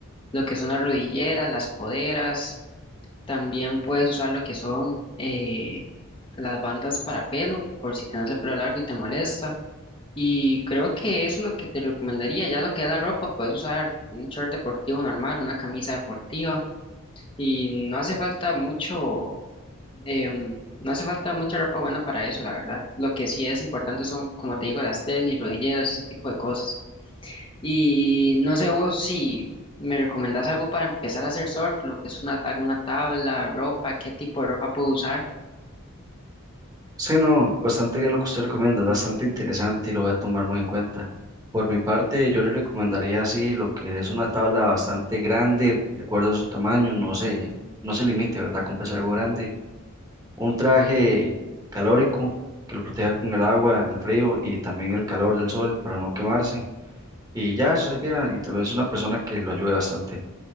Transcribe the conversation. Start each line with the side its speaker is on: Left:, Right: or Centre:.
Left: Lo que son las rodilleras, las coderas. También puedes usar lo que son eh, las bandas para pelo, por si tienes el pelo largo y te molesta. Y creo que eso es lo que te recomendaría. Ya lo que es la ropa, puedes usar un short deportivo normal, una camisa deportiva. Y no hace falta mucho, em, no hace falta mucha ropa buena para eso, la verdad. Lo que sí es importante son, como te digo, las tenis, rodilleras, ese tipo de cosas. Y no sé vos si me recomendás algo para empezar a hacer surf, lo que es una, alguna tabla, ropa, qué tipo de ropa puedo usar.
Right: Sí, no, bastante bien lo que usted recomienda, es bastante interesante y lo voy a tomar muy en cuenta. Por mi parte, yo le recomendaría así lo que es una tabla bastante grande, de acuerdo a su tamaño, no se, no se limite, ¿verdad? Comprese algo grande, un traje calórico que lo proteja con el agua, el frío y también el calor del sol para no quemarse. Y ya eso sería, y tal vez una persona que lo ayude bastante.